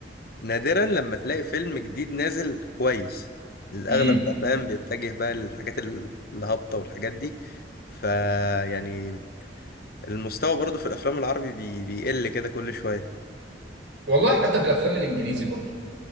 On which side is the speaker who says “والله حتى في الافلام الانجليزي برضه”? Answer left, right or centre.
Right